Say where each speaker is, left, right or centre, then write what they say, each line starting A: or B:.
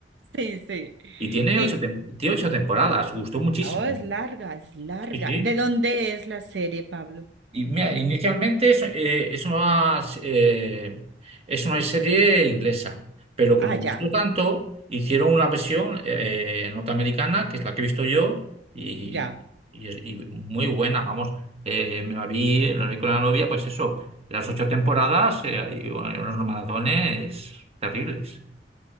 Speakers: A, on the right; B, on the right.
A: Sí, sí.
B: Y tiene
A: Y,
B: ocho, tem- tiene ocho temporadas, gustó muchísimo.
A: oh, es larga, es larga.
B: Sí, sí.
A: ¿De dónde es la serie, Pablo?
B: Y mira, inicialmente es, eh, es una, eh, es una serie inglesa, pero como
A: Ah, ya.
B: gustó tanto, hicieron una versión eh, norteamericana, que es la que he visto yo, y,
A: Ya.
B: y es- y muy buena, vamos. Eh, me la vi, me la vi con la novia, pues eso, las ocho temporadas eh, y bueno, y unos maratones terribles.